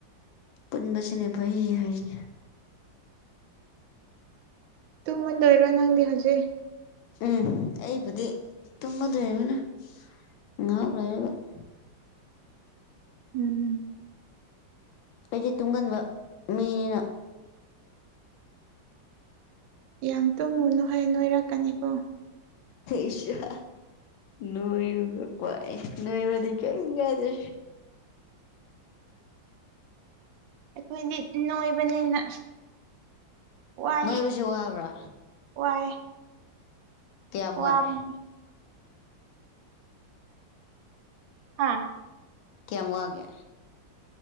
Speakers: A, on the left; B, on the right.
A: ꯄꯨꯁ ꯆꯅꯦꯕꯩ ꯍꯥꯏꯅꯦ
B: ꯇꯨꯝꯃꯟꯗꯣꯏꯔꯣ ꯅꯪꯗꯤ ꯍꯧꯖꯤꯛ
A: ꯎꯝ ꯑꯩꯕꯨꯗꯤ ꯇꯨꯝꯃꯗ꯭ꯔꯦꯕꯅ ꯉꯥꯛ ꯂꯩꯔꯒ
B: ꯎꯝ
A: ꯑꯩꯗꯤ ꯇꯨꯡꯒꯟꯕ ꯃꯤꯅꯤꯅ
B: ꯌꯥꯝ ꯇꯨꯝꯃꯨꯅꯨ ꯍꯩ ꯅꯣꯏꯔꯛꯀꯅꯤꯕꯣ
A: ꯑꯁꯥ ꯅ ꯀꯥꯏ ꯅꯏꯕ ꯀꯩ ꯌꯥꯗ
B: ꯑꯩꯈꯣꯏꯗꯤ ꯅꯣꯏꯕꯅꯤꯅ ꯋꯥꯏ
A: ꯅꯣꯏꯕꯨꯁꯨ ꯋꯥꯕ꯭ꯔꯥ
B: ꯋꯥꯏ
A: ꯇꯃ
B: ꯋꯥꯕꯅꯤ
A: ꯌꯥ
B: ꯑꯥ
A: ꯀꯋꯥꯒꯦ